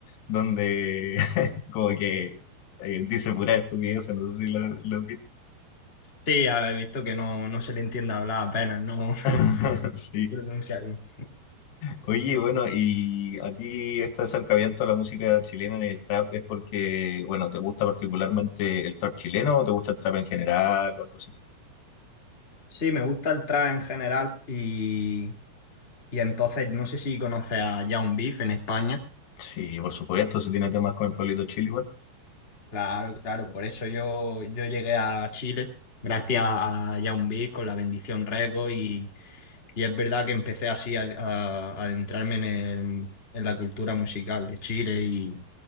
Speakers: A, on the left; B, on the left.
A: donde <laughs> como que eh, dice pura estupidez, no sé si lo, lo has visto.
B: Sí, he visto que no, no se le entiende hablar apenas, no
A: <laughs>
B: <laughs>
A: Sí.
B: no pronuncia bien.
A: Oye, bueno, y a ti este acercamiento a la música chilena en el trap es porque, bueno, ¿te gusta particularmente el trap chileno o te gusta el trap en general o algo así?
B: Sí, me gusta el trap en general y, y entonces no sé si conoces a Young Beef en España.
A: Sí, por supuesto, si tiene temas con el Pablito Chile, igual.
B: Claro, claro, por eso yo, yo llegué a Chile, gracias a Yaoundé con la bendición Reco y, y es verdad que empecé así a, a- a adentrarme en, el- en la cultura musical de Chile y,